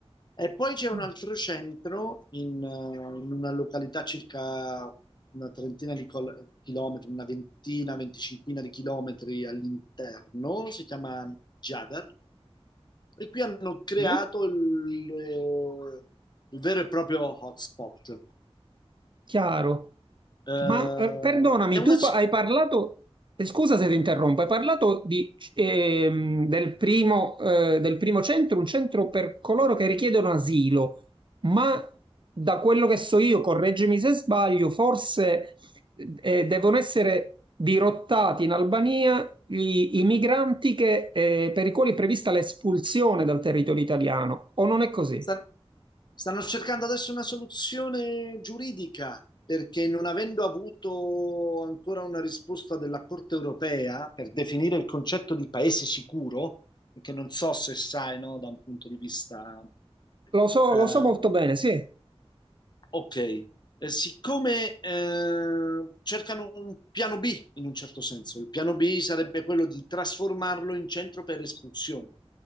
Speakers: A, on the left; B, on the right.
A: E poi c'è un
B: Ah,
A: altro centro in, eh, in una località circa una trentina di col- chilometri, una ventina, venticinquina di chilometri all'interno, si chiama Jadar, e qui hanno creato
B: sì.
A: il, eh, il vero e proprio hotspot.
B: Chiaro.
A: Eh,
B: Ma eh, perdonami,
A: è una,
B: tu pa- hai parlato, eh, scusa se ti interrompo, hai parlato di, ehm, del primo, eh, del primo centro, un centro per coloro che richiedono asilo, ma da quello che so io, correggimi se sbaglio, forse eh, devono essere dirottati in Albania gli- i migranti che, eh, per i quali è prevista l'espulsione dal territorio italiano, o non è così?
A: Stan- stanno cercando adesso una soluzione giuridica perché non avendo avuto ancora una risposta della Corte europea per definire il concetto di paese sicuro, che non so se sai, no, da un punto di vista
B: Lo so,
A: eh,
B: lo so molto bene, sì.
A: Ok, Eh, siccome eh, cercano un piano B in un certo senso, il piano B sarebbe quello di trasformarlo in centro per espulsione,